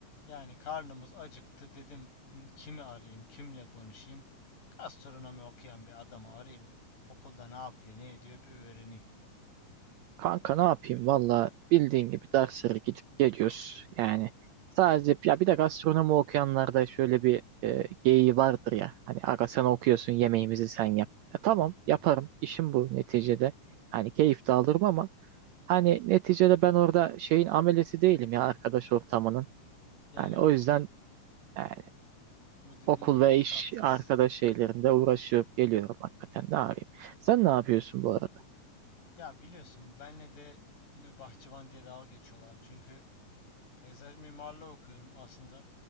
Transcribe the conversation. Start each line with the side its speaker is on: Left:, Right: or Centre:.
Left: Yani karnımız acıktı dedim "Hmm, kimi arayayım, kimle konuşayım? Gastronomi okuyan bir adamı arayayım. Okulda ne yapıyor, ne ediyor bir öğreneyim.
Right: Kanka ne yapayım valla bildiğin gibi derslere gidip geliyoruz. Yani sadece ya bir de gastronomi okuyanlarda şöyle bir e, geyiği vardır ya. Hani aga sen okuyorsun yemeğimizi sen yap. Ya tamam yaparım işim bu neticede. Hani keyif de alırım ama hani neticede ben orada şeyin amelesi değilim ya arkadaş ortamının.
Left: Yani
Right: Hani o
Left: bu
Right: yüzden yani
Left: bu dediğin
Right: okul
Left: gibi
Right: ve iş
Left: tatsız.
Right: arkadaş şeylerinde uğraşıp geliyorum hakikaten ne yapayım. Sen ne yapıyorsun bu arada?
Left: Ya biliyorsun benle de mü- bahçıvan diye dalga geçiyorlar. Çünkü peyzaj mimarlığı okuyorum aslında.